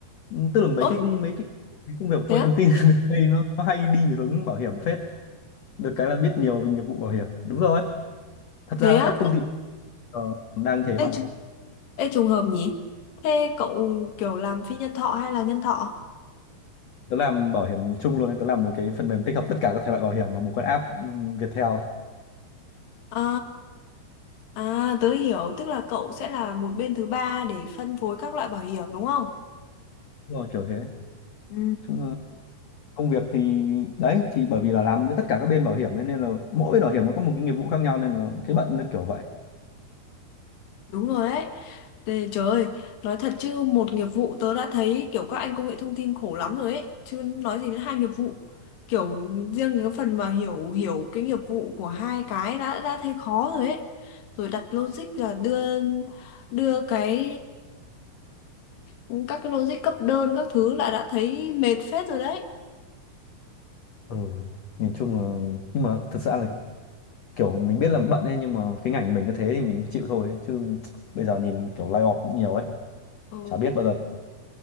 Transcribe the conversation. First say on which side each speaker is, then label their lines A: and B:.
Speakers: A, on the left (about 55°); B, on the left (about 75°).
A: Ừ, tức là mấy
B: ơ
A: cái mấy cái cái công việc của
B: thế
A: công
B: á
A: nghệ thông tin <laughs> đây nó, nó hay đi về hướng bảo hiểm phết được cái là biết nhiều về nghiệp vụ bảo hiểm đúng rồi thật
B: thế
A: ra
B: á
A: các công
B: cậu
A: ty ờ, đang thế
B: ê,
A: mà
B: tr- ê trùng hợp nhỉ thế cậu kiểu làm phi nhân thọ hay là nhân thọ
A: tớ làm bảo hiểm chung luôn nên tớ làm một cái phần mềm tích hợp tất cả các thể loại bảo hiểm vào một cái app ừm, Viettel
B: À, à tớ hiểu, tức là cậu sẽ là một bên thứ ba để phân phối các loại bảo hiểm đúng không?
A: đúng rồi kiểu thế
B: Ừ.
A: chung là công việc thì đấy thì bởi vì là làm với tất cả các bên bảo hiểm ấy, nên là mỗi bên bảo hiểm nó có một cái nghiệp vụ khác nhau nên là cái bận nó kiểu vậy
B: Đúng rồi đấy. Tê, trời ơi, nói thật chứ một nghiệp vụ tớ đã thấy kiểu các anh công nghệ thông tin khổ lắm rồi ấy, chứ nói gì đến hai nghiệp vụ. Kiểu riêng cái phần mà hiểu hiểu cái nghiệp vụ của hai cái đã đã thấy khó rồi ấy. Rồi đặt logic là đưa đưa cái ờ, các cái logic cấp đơn các thứ là đã thấy mệt phết rồi đấy.
A: ừ nhìn chung là nhưng mà thật ra là kiểu mình biết là bận ấy nhưng mà cái ngành mình nó thế thì mình chịu thôi chứ bây giờ nhìn kiểu lay off nhiều ấy
B: Ừ.
A: chả biết bao giờ